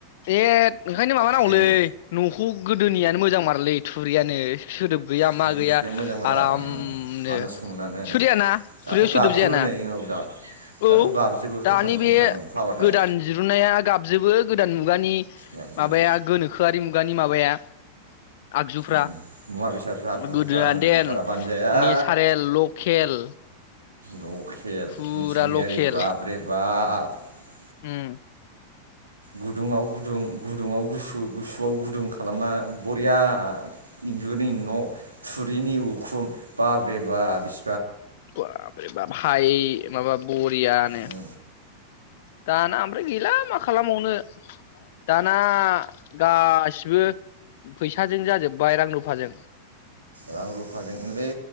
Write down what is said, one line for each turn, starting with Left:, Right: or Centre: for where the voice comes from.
Left: ए ओंखायनो माबानांगौलै
Right: जोमो
Left: न'खौ गोदोनियानो मोजां मारलै थुरियानो। सोदोब गैया
Right: गोजोन
Left: मा गैया
Right: थुरिया मोजांब्रा
Left: आरामनो
Right: हानो सोमोनानो
Left: सोदायाना
Right: दाथ'
Left: थुरियाव
Right: गाबजोबो
Left: सोदोब जायाना।
Right: नै औ दा दाथ'
Left: औ
Right: गाबजोबो खांख्रां
Left: दानि
Right: खुंख्रांनो
Left: बे
Right: अखा हाबाथाय
Left: गोदान दिरुन नाया गाबजोबो गोदान मुगानि
Right: गाबजोबो
Left: माबाया गोनोखोआरि मुगा नि माबाया आगजुफ्रा
Right: उम मुवा बेसादफ्रा बिगुरफ्रा
Left: गोदो
Right: ओं
Left: देन
Right: बारा बानजाया
Left: नेसारेल लकेल।
Right: लकेल
Left: फुरा
Right: मिथिंगायारि
Left: लकेल
Right: बाब रे बाब। <unintelligible>
Left: उम
Right: गुदुङाव गुदुं गुदुङाव गुसु गुसुआव गुदुं खालामना बरिया इन्जुरनि न' थुरिनि उखुम बाब्रे बा बिस
Left: बाब रे बाब भाय माबा बरियानो।
Right: उम
Left: दा ना। ओमफ्राय गैला मा खालामबनो। दाना गाससिबो फैसाजों जाजोब्बाय रां रुफाजों।
Right: रां रुफाजोंलै